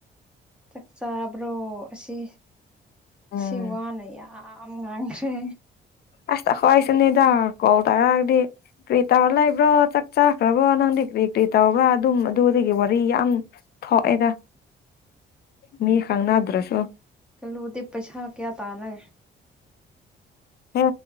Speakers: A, in the centre; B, on the left (about 55°).
A: ꯆꯥꯛ ꯆꯥꯔꯕ꯭ꯔꯣ ꯑꯁꯤ ꯉꯁꯤ
B: ꯎꯝ
A: ꯋꯥ ꯃꯌꯥꯝ ꯉꯥꯡꯈ꯭ꯔꯦ
B: ꯑꯁ ꯑꯩꯈꯣꯏꯁꯨꯅꯤꯗꯥ ꯀꯣꯜ ꯇꯧꯔꯛꯑꯒꯗꯤ ꯀꯔꯤ ꯇꯧꯔ ꯂꯩꯕ꯭ꯔꯣ ꯆꯥꯛ ꯆꯥꯈ꯭ꯔꯕꯣ ꯅꯪꯗꯤ ꯀꯔꯤ ꯀꯔꯤ ꯇꯧꯕ꯭ꯔꯥ ꯑꯗꯨꯝ ꯑꯗꯨꯗꯒꯤ ꯋꯥꯔꯤ ꯌꯥꯝ ꯊꯣꯛꯑꯦꯗ ꯃꯤ ꯈꯪꯅꯗ꯭ꯔꯁꯨ
A: ꯀꯜꯂꯨꯗꯤ ꯄꯩꯁꯥ ꯀꯌꯥ ꯇꯥꯔꯦ
B: ꯍꯦ